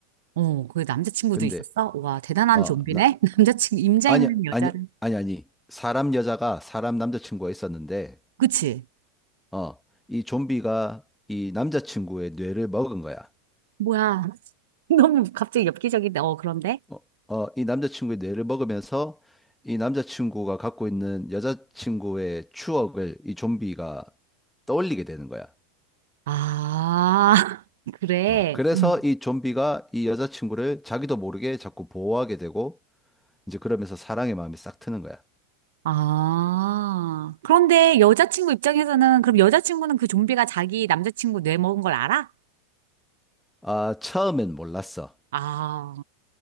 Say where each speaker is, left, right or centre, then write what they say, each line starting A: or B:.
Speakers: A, on the right; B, in the centre.
A: 어, 그 남자친구도
B: 근데,
A: 있었어? 와, 대단한
B: 어,
A: 좀비네?
B: 나,
A: <laughs> 남자친구, 임자
B: 아니,
A: 있는 여자를.
B: 아니, 아니, 아니. 사람 여자가 사람 남자친구가 있었는데,
A: 그치?
B: 어, 이 좀비가 이 남자친구의 뇌를 먹은 거야.
A: 뭐야. <laughs> 너무 갑자기 엽기적인데, 어, 그런데?
B: 어, 어, 이 남자친구의 뇌를 먹으면서 이 남자친구가 갖고 있는 여자친구의 추억을 이 좀비가 떠올리게 되는 거야.
A: 아, <laughs> 그래.
B: 어, 그래서
A: 응.
B: 이 좀비가 이 여자친구를 자기도 모르게 자꾸 보호하게 되고, 이제 그러면서 사랑의 마음이 싹 트는 거야.
A: 아, 그런데 여자친구 입장에서는, 그럼 여자친구는 그 좀비가 자기 남자친구 뇌 먹은 걸 알아?
B: 아, 처음엔 몰랐어.
A: 아,